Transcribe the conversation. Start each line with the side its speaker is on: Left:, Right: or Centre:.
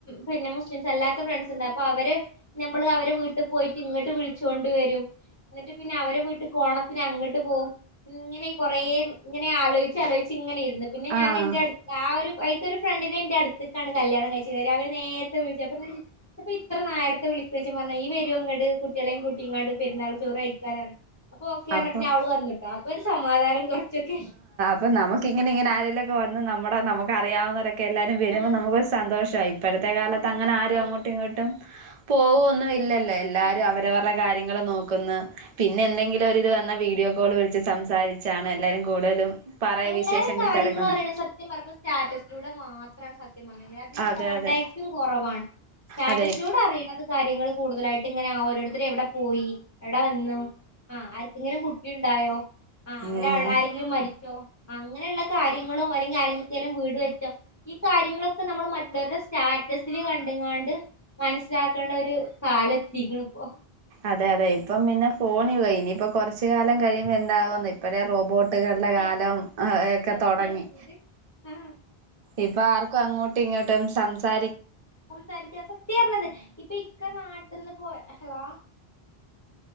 Left: പിന്നെ മുസ്ലിംസ് അല്ലാത്ത ഫ്രണ്ട്സ് ഇണ്ട് അപ്പൊ അവര് നമ്മള് അവരെ വീട്ട് പോയിട്ട് ഇങ്ങട്ട് വിൾചോണ്ട് വരും, ന്നട്ട് പിന്നെ അവരെ വീട്ട്ക്ക് ഓണത്തിന് അങ്ങട്ട് പോവും ഇങ്ങനെ കൊറേ ഇങ്ങനെ ആലോഴിച്ച് ആലോഴിച്ച് ഇങ്ങനെ ഇര്ന്ന് പിന്നെ ഞാന
Right: ആഹ്
Left: എന്റെ അട് ആ ഒരു പൈ ഒരു ഫ്രണ്ടിനെ ഇന്റെ അട്ത്ത്ക്കാണ് കല്യാണം കഴിച്ക്ണത് അവര് നേര്ത്തെ വിൾച്ചപ്പ ഇന്നോട് <unintelligible> അപ്പ ഇത്ര നേര്ത്തെ വിളിക്കയ്ച്ചപ്പ പർഞ് ഇയ്യ്‌ വരൊ ഇങ്ങട് കുട്ടിയളേം കൂട്ടിങാണ്ട് പെര്ന്നാൾ ചോറ് കയിക്കാനാണ് അപ്പൊ ഓക്കെ പർഞ്
Right: അപ്പം
Left: പിന്നെ അവള് വന്ന് ട്ടോ അപ്പൊ ഒരു സമാധാനം കൊർച്ചൊക്കെ
Right: അപ്പം നമുക്കിങ്ങനെ ഇങ്ങനെ ആരെലൊക്കെ വന്ന് നമ്മുടെ നമുക്കറിയാവുന്നരൊ ക്കെ എല്ലാരും വരുമ്പം
Left: ആഹ്
Right: നമുക്ക് ഒരു സന്തോഷായി ഇപ്പഴത്തെ കാലത്ത്
Left: ആഹ് സന്തോഷായി
Right: അങ്ങനെ ആരും അങ്ങോ ട്ടും ഇങ്ങോട്ടും പോകൊന്ന് ഇല്ലല്ലോ എല്ലാരും
Left: ആഹ്
Right: അവരവർടെ കാര്യങ്ങള് നോക്കുന്ന് പിന്നെ എന്തെങ്കിലും ഒര് ഇത് വന്നാ വീഡിയോ കോള് വിൾച്ച് സംസാരിച്ചാണ് എല്ലാരും കൂടുതലും പറയ
Left: എല്ലാരിം
Right: വിശേഷങ്ങൾ
Left: കാര്യങ്ങളു
Right: തിരക്കുന്നെ
Left: അറിയണ് സത്യം പറപ്പോ സ്റ്റാറ്റസിലൂടെ മാത്രാണ് സത്യം അധികം
Right: അതെ
Left: കോണ്ടാടാക്റ്റും
Right: അതെ
Left: കോറവാണ് സ്റ്റാറ്റസ്
Right: അതെ
Left: ലൂടെ അറിണത് കാര്യങ്ങള് കൂടുതലായിട്ട് ഇങ്ങനെ ആ ഓരോര്ത്തര് എവടെ പോയി എവടെ വന്നു ആ ആര്ക്കെങ്കിലും കുട്ടി ഇണ്ടായോ ആ അവരെ
Right: ഉം
Left: ആരെങ്കിലും മരിച്ചോ അങ്ങനെള്ള കാര്യങ്ങളോ അല്ലെങ്കി ആരെങ്കൊക്കെല്ലും വീട് വെച്ചോ ഈ കാര്യങ്ങളൊക്ക നമ്മള് മറ്റുള്ളവര്ടെ സ്റ്റാറ്റസ് ല് കണ്ട്ങ്ങാണ്ട് മൻസ്സിലാക്കേണ്ട ഒരു കാലം എത്തിക്ക്ണ് ഇപ്പൊ
Right: അതെ അതെ ഇപ്പം പിന്നെ ഫോണ് വഴി ഇനിയിപ്പോ കൊർച് കാലം കഴിയുമ്പോ എന്താവോന്ന് ഇപ്പഴേ റോബോട്ട്കൾടെ
Left: സത്യാണ്
Right: കാലം ഒക്ക
Left: സത്യം
Right: തൊടങ്ങി
Left: പറഞ്ഞത് ആ
Right: ഇപ്പൊ ആർക്കും അങ്ങോട്ടും ഇങ്ങോട്ടും സംസാരി
Left: സംസാരിക്ക സത്യാ പർഞ്ഞത് ഇപ്പൊ ഇക്ക നാട്ട്ന്ന് പോ ഹളോ